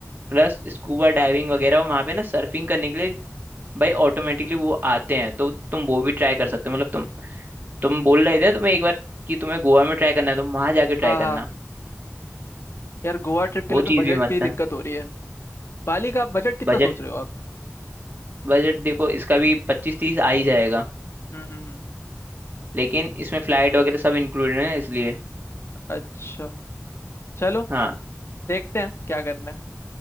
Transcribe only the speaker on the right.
प्लस स्कूबा डाइविंग वगैरह और वहां पे ना सर्फिंग करने के लिए भाई ऑटोमेटिकली वो आते हैं तो तुम वो भी ट्राई कर सकते हो मतलब तुम तुम बोल रहे थे ना तुम्हें एक बार कि तुम्हें गोवा में ट्राई करना है तो वहां जाके ट्राई
करना
वो
चीज़
भी मस्त
है
बजट
बजट देखो इसका भी पच्चीस तीस आ ही जाएगा
लेकिन इसमें फ्लाइट वगैरह सब इंक्लूडेड है इसलिए
हाँ